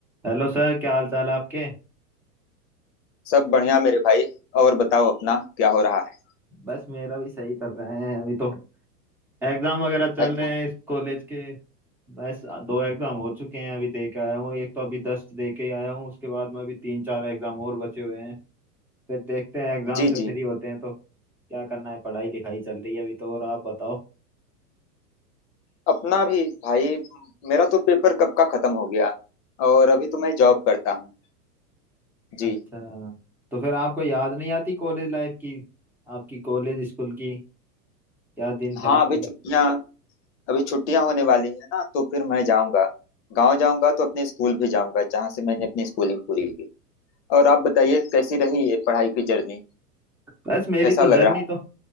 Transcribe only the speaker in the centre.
Hello sir क्या हाल चाल है आपके
बस मेरा भी सही चल रहा है अभी तो एग्जाम वगैरह चल
रहे हैं इस कॉलेज के बस दो एग्जाम हो चुके हैं अभी दे के आया हूँ एक तो अभी दस दे के ही आया हूँ उसके बाद में अभी तीन चार एग्जाम और बचे हुए हैं फिर देखते हैं एग्जाम
से फ्री
होते हैं तो क्या करना है पढ़ाई लिखाई चल रही है अभी तो और आप बताओ
अच्छा तो फिर आपको याद नहीं आती कॉलेज लाइफ की आपकी कॉलेज स्कूल की क्या दिन थे
आपके
बस मेरी
तो
जर्नी
तो